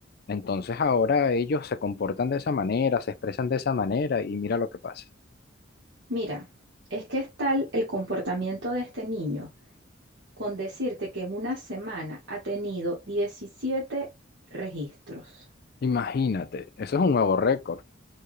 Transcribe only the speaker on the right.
Mira, es que es tal el comportamiento de este niño con decirte que en una semana ha tenido 17 registros.